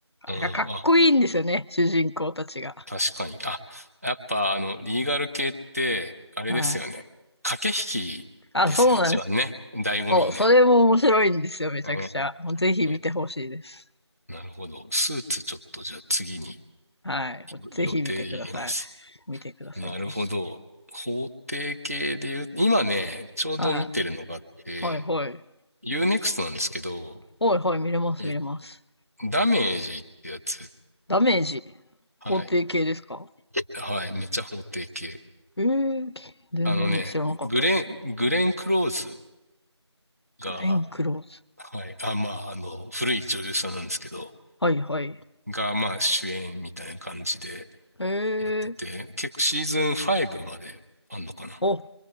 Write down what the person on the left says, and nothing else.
なんかかっこいいんですよね。主人公たちが。
はい。
あ、そうなんです。
そう、それも面白いんですよ、めちゃくちゃ。
もうぜひ見てほしいです。
はい。もうぜひ見てください。
見てください、
ぜひ。
はい。はい、はい。
はい、はい、見れます、
見れます。
ダメージ、
法定系ですか
えー、全然知らなかったです。
グレン・クローズ。
はい、はい。
え
ー、
あ、